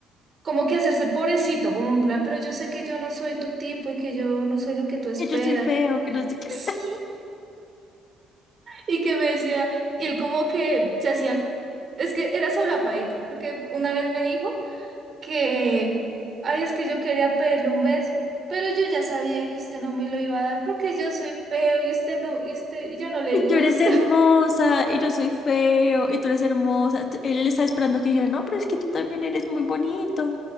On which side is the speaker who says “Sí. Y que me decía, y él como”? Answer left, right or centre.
Right